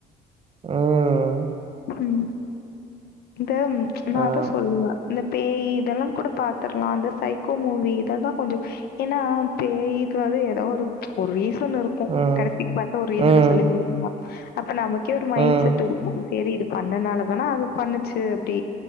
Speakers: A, on the right; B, on the left.
A: உம்
B: உம் இந்த நா
A: ஆ
B: அதா சொல்ற இந்த பேயி இதெல்லா கூட பாத்துர்லா அந்த சைகோ மூவி இத தா கொஞ்ச ஏனா பேயி பேய்யோ எதோ ஒரு ஒரு ரீஸ் சன் இருக்கு
A: ம்
B: கரெக்ட் இப்பப்ப ஒரு ரீசன
A: ம்
B: சொல்லி முடிச்சிற்லா அப்ப நமக் கே ஒரு மைண்ட்
A: ம்
B: செட் இருக்கு செரி இது பண்ணனால தான அது பண்ணுச்சு அப்டி